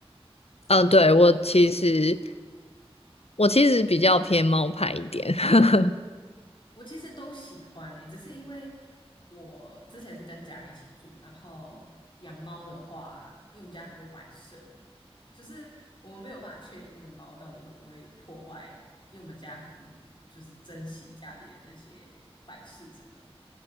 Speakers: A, on the left; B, on the left.
A: 呃，对，我其实我其实比较偏猫派一点。<laughs>
B: 我其实都喜欢诶、只是因为我之前是跟家人一起住，然后养猫的话，因为我们家很多摆设，就是我们没有办法确定那个猫到底会不会破坏，因为我们家很就是珍惜家里的那些摆饰什么的，